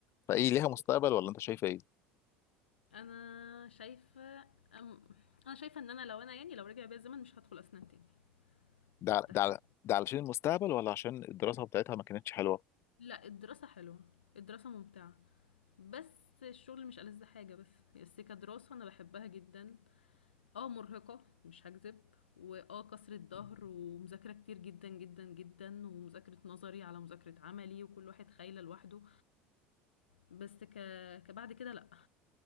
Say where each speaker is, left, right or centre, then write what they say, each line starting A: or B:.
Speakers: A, on the left (about 50°); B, on the left (about 85°).
A: فايه ليها مستقبل ولا انت شايفه ايه
B: أنا شايفة أم... أنا شايفة إن أنا لو أنا يعني لو رجع بيا الزمن مش هدخل أسنان تاني
A: ده
B: مستحيل
A: على- ده على- ده علشان المستقبل ولا عشان الدراسه بتاعتها ما كانتش حلوه
B: لا الدراسة حلوة الدراسة ممتعة بس الشغل مش ألذ حاجة بس بس كدراسة أنا بحبها جدا اه مرهقة مش هكذب واه كسرة ظهر ومذاكرة كتير جدا جدا جدا ومذاكرة نظري على مذاكرة عملي وكل واحد خايلة لوحده بس ك... كبعد كده لأ